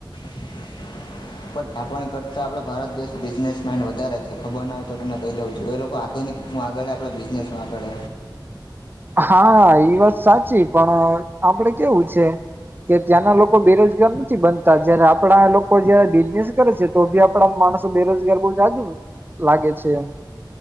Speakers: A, on the left (about 75°); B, on the right (about 25°).
A: હ <inaudible> પણ આપણા કરતાં આપણે ભારત દેશ બિઝનેસમાઇન્ડ વધારે છે ખબર ના હોય તો તમને કહી દઉં છું એ લોકો આધુનિક હું આગળ આપણો બિઝનેસમાં આગળ
B: હા એ વાત સાચી પણ આપડે કેવું છે કે ત્યાંના લોકો બેરોજગાર નથી બનતા જયારે આપણા લોકો જયારે બિઝનેસ કરે છે તો બી આપડા સ બેરોજગાર બહ જાદુ લાગે છે એમ <inaudible>